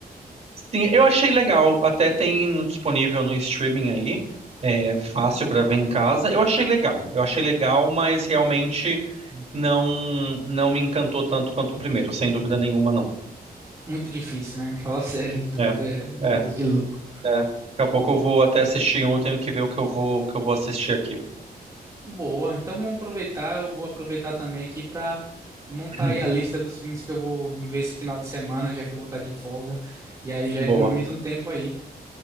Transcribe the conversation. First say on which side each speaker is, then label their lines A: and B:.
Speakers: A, on the right (about 45°); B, on the right (about 20°).
A: Sim, eu achei legal. Até tem no- disponível no streaming aí. É fácil pra ver em casa. Eu achei legal. Eu achei legal, mas realmente não não me encantou tanto quanto o primeiro, sem dúvida nenhuma, não.
B: Muito difícil, né? Fala sério, o primeiro
A: É,
B: é, é coisa
A: é, é.
B: de louco.
A: Daqui a pouco eu vou até assistir um, eu tenho que ver o que eu vou o que eu vou assistir aqui.
B: Boa, então vamos aproveitar, eu vou aproveitar também aqui para montar
A: <clears throat>
B: aí a lista dos filmes que eu vou ver esse final de semana, já que eu vou estar de folga, e aí já
A: Boa.
B: economiza um tempo aí.